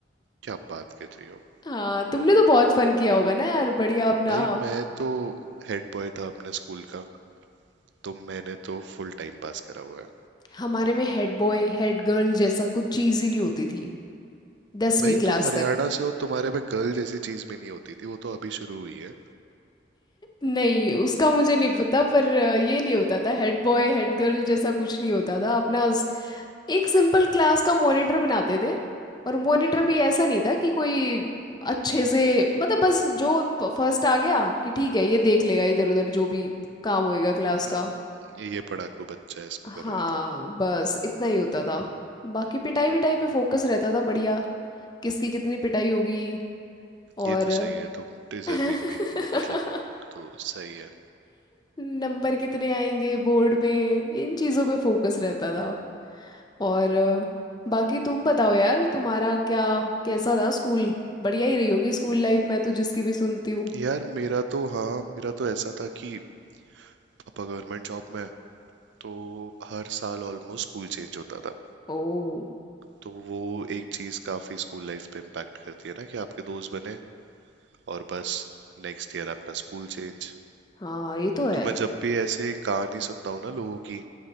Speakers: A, on the right; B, on the left.
A: क्या बात कर रही हो
B: हाँ तुमने तो बहुत फन किया होगा ना यार बढ़िया अपना
A: भाई मैं तो हेड बॉय था अपने स्कूल का तो मैंने तो फुल टाइम पास करा हुआ है
B: हमारे में हेड बॉय हेड गर्ल जैसा कुछ चीज ही नहीं होती थी दसवीं
A: भाई
B: क्लास
A: तुम हरियाणा
B: तक
A: से हो तुम्हारे में गर्ल जैसी चीज भी नहीं होती थी वो तो अभी शुरू हुई है
B: नहीं उसका मुझे नहीं पता पर अ, ये नहीं होता था हेड बॉय हेड गर्ल जैसा कुछ नहीं होता था अपना स- एक सिंपल क्लास का मॉनिटर बनाते थे और मॉनिटर
A: हम्म
B: भी ऐसा नहीं था कि कोई अच्छे से मतलब बस जो फर्स्ट आ गया कि ठीक है ये देख लेगा इधर उधर जो भी काम होएगा क्लास
A: हम्म,
B: का
A: ये ये पढ़ाकू बच्चा है इसको
B: हाँ
A: करवा दो
B: बस इतना ही होता था बाकी पिटाई विटाई पे फोकस रहता था बढ़िया किसकी कितनी पिटाई होगी और
A: ये तो सही है तुम डिजर्विंग
B: <laughs>
A: भी हो मतलब तो सही है
B: नंबर कितने आएंगे बोर्ड में इन चीज़ों पे फोकस रहता था और अ, बाकी तुम बताओ यार तुम्हारा क्या कैसा था स्कूल बढ़िया ही रही होगी स्कूल लाइफ मैं तो जिसकी भी सुनती हूँ
A: यार मेरा तो हाँ मेरा तो ऐसा था कि पापा गवर्नमेंट जॉब में हैं, तो हर साल ऑलमोस्ट स्कूल चेंज होता था
B: ओ
A: तो वो एक चीज काफी स्कूल लाइफ पे इम्पैक्ट करती है ना कि आपके दोस्त बने और बस नेक्स्ट ईयर आपका स्कूल चेंज
B: हाँ ये तो है
A: तो मैं जब भी ऐसे कहानी सुनता हूँ ना लोगों की